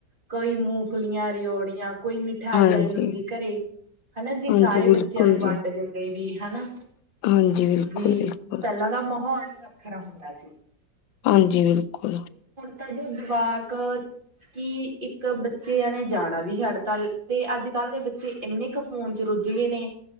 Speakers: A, on the right (about 25°); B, on the left (about 90°).
A: ਕੋਈ ਮੂੰਗਫਲੀਆਂ ਰਓੜੀਆਂ ਕੋਈ ਮਿਠਾਈ
B: ਹਾਂਜੀ
A: ਆਈ ਹੁੰਦੀ ਘਰੇ ਹਨਾ ਜੀ
B: ਹਾਂਜੀ
A: ਸਾਰੇ
B: ਬਿਲਕੁਲ
A: ਬੱਚਿਆਂ ਨੂੰ ਵੰਡ
B: ਜੀ
A: ਦਿੰਦੇ ਵੀ ਹਨਾ।
B: ਹਾਂਜੀ ਬਿਲਕੁਲ
A: ਵੀ
B: ਬਿਲਕੁਲ
A: ਪਹਿਲਾਂ ਦਾ ਮਾਹੌਲ ਈ ਵੱਖਰਾ ਹੁੰਦਾ ਸੀ।
B: ਹਾਂਜੀ ਬਿਲਕੁਲ
A: ਤਾ ਜੋੇ ਜਵਾਕ ਕਿ ਇੱਕ ਬੱਚਿਆਂ ਨੇ ਜਾਣਾ ਵੀ ਛੱਡਤਾ ਤੇ ਅੱਜ ਅੱਜ ਕੱਲ੍ਹ ਦੇ ਬੱਚੇ ਇੰਨੇ ਕੁ ਫੋਨ ਚ ਰੁੱਝ ਗਏ ਨੇ